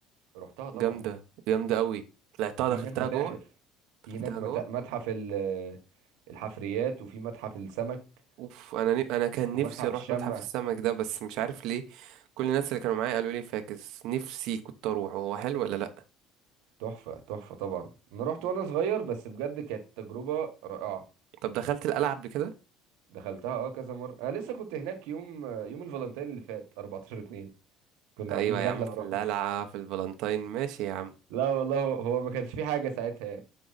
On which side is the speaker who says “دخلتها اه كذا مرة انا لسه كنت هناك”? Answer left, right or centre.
Right